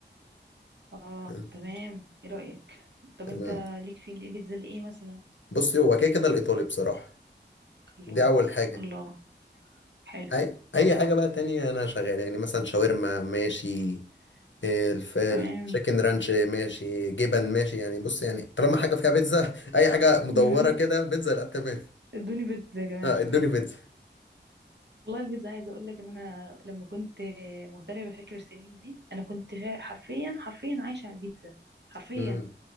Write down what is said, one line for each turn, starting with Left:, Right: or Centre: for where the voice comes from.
Right: اه
Left: <laughs>
Right: تمام ايه رأيك طب انت
Left: أنا-
Right: ليك في البيتزا الايه مثلا
Left: بصي هو كده كده الايطالي بصراحه
Right: الله
Left: دي اول حاجه
Right: الله حلو
Left: اي اي حاجه بقى تانية انا شغال يعني مثلا شاورما ماشي آه، الف التشيكن
Right: تمام
Left: رانش ماشي جبن ماشي يعني بص يعني طالما حاجه فيها بيتزا <laughs> اي حاجه مدوره
Right: <laughs>
Left: كده بيتزا لا تمام
Right: ادوني بيتزا يا جماعة
Left: آه، ادوني بيتزا
Right: والله البيتزا عايزة اقول لك ان انا لما كنت مغتربة بفكر السنين دي انا كنت فا- حرفيا حرفيا عايشة على البيتزا حرفيا
Left: مم.